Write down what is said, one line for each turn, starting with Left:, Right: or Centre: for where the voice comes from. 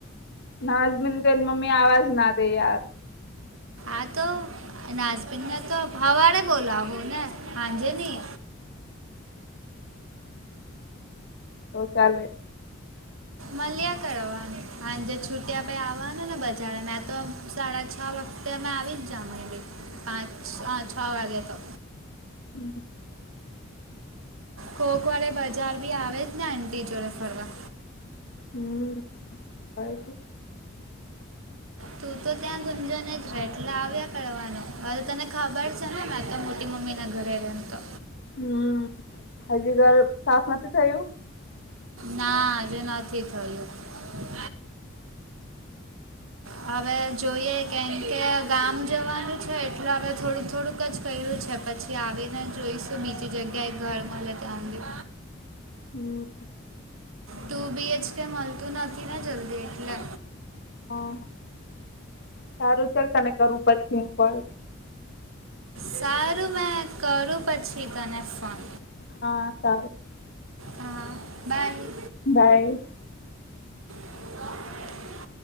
Left: નાજબીન તે મમ્મી આવા જ ના તેયાર
Right: આતો અનાજપિંદના તો હવા બોલાહો ને હાંજે ની
Left: તો ચાલે
Right: મલ્યા કરવાનું હાંજે છુટી પછી આવવાનું ને બજાર તો સાડા છ વખતે અમે આવી જ જામ પાંચ છ વાગે તો
Left: હમ
Right: કોકવાડે બજાર ભી આવેજ ને આંટી જોડે ફરવા
Left: હમ આવે છે
Right: તું તો ત્યાં ગુંજને જ બેટલે આવ્યા કરવાનું હરેું તને ખબર છે ને તો મોટી મમ્મી ના ઘરે રેમ તો
Left: હમ હજી ઘર સાફ નથી થયું
Right: ના હજી નથી થયું હવે જોઈએ કેમ કે ગામ જવાનું છે એટલે હવે થોડુંક થોડુંક ક જ ક્યરૂ છે પછી આવીને જોઈશું બીજી જગ્યાએ ઘર મળે ત્યાં સુધી
Left: હમ
Right: તું બી એચ કે મળતું નથી ને જલ્દી એટલે
Left: હા સારું છે તને કરું પછી કોલ
Right: સારું મેં કરું પછી તને ફોન
Left: હા સારું
Right: હા બાય
Left: બાય
Right: <inaudible>